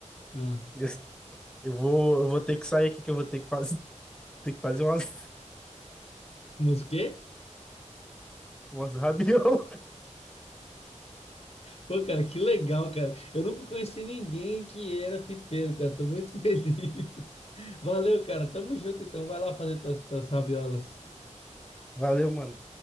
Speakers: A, on the left; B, in the centre.
A: Ah,
B: eu, eu vou, eu vou ter que sair aqui que eu vou ter que fazer, <laughs> ter que fazer umas,
A: mas o quê?
B: umas <laughs> rabiolas.
A: Pô, cara, que legal, cara. Eu nunca conheci ninguém que era pipeiro, cara. Tô muito feliz. <laughs> Valeu, cara. Tamo junto, então. Vai lá fazer tuas, tuas rabiolas.
B: Valeu, mano.